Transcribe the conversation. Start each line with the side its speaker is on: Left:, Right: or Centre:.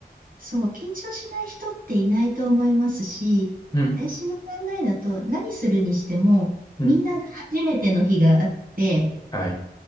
Right: そう、緊張しない人っていないと思いますし、
Left: うん。
Right: 私の考えだと何するにしても、
Left: うん。
Right: みんな初めての日があって、
Left: はい。